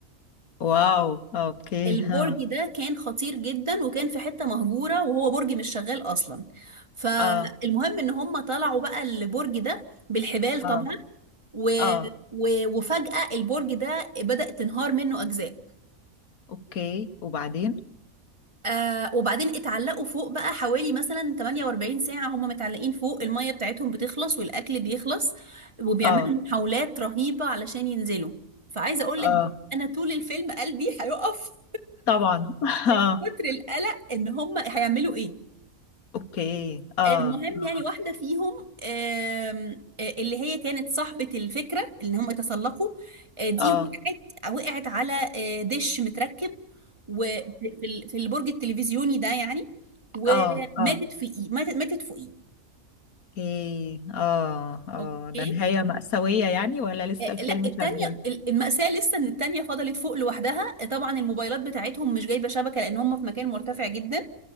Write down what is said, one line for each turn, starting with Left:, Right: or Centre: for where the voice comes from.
Left: واو اوكي
Right: البرج
Left: ها
Right: ده كان خطير جدا وكان في حتة مهجورة وهو برج مش شغال أصلا فالمهم
Left: اه
Right: إن هم طلعوا بقى البرج ده بالحبال طبعا
Left: اه
Right: و...
Left: اه
Right: و... وفجأة البرج ده بدأت تنهار منه أجزاء
Left: اوكي وبعدين
Right: آه وبعدين اتعلقوا فوق بقى حوالي مثلا 48 ساعة هم متعلقين فوق المية بتاعتهم بتخلص والأكل بيخلص وبيعملوا
Left: اه
Right: محاولات رهيبة علشان ينزلوا فعايزة أقولك
Left: اه
Right: أنا طول الفيلم قلبي هيقف
Left: طبعا <laughs> اه
Right: كتر القلق إن هم هيعملوا إيه
Left: اوكي اه
Right: المهم
Left: اه
Right: يعني واحدة فيهم آم، آه، اللي هي كانت صاحبة الفكرة اللي هم تسلقوا آه، دي
Left: اه
Right: وقعت وقعت على آه، دش متركب وفي في ال- في البرج التلفزيوني ده يعني وماتت
Left: اه اه
Right: في ايه ماتت ماتت فوقيه
Left: اوكي اه اه
Right: اوكي
Left: ده نهايه مأساويه يعني ولا لسه
Right: آه،
Left: الفيلم
Right: لا التانية
Left: شغال
Right: ال- المأساة لسه ان التانية فضلت فوق لوحدها آه، طبعا الموبايلات بتاعتهم مش جايبة شبكة لان هم في مكان مرتفع جدا